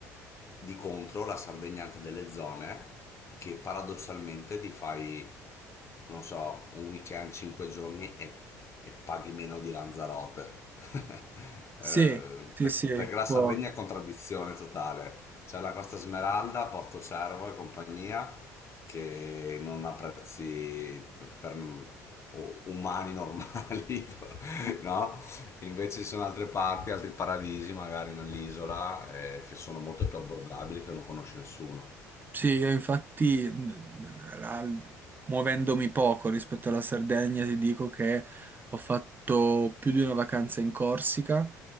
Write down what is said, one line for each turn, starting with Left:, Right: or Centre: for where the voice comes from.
Left: di contro la Sardegna ha anche delle zone che paradossalmente ti fai, non so, un weekend, 5 giorni e, e paghi meno di Lanzarote. <laughs>
Right: Sì,
Left: Eh,
Right: sì,
Left: per-
Right: sì,
Left: perché la
Right: può.
Left: Sardegna è contraddizione totale. C'è la Costa Smeralda, Porto Cervo e compagnia, che non ha prezzi p- per u- umani normali, <laughs> no? Invece ci sono altre parti, altri paradisi magari nell'isola eh, che sono molto più abbordabili che non conosce nessuno.
Right: Sì, io infatti, mh, la- muovendomi poco rispetto alla Sardegna, ti dico che ho fatto più di una vacanza in Corsica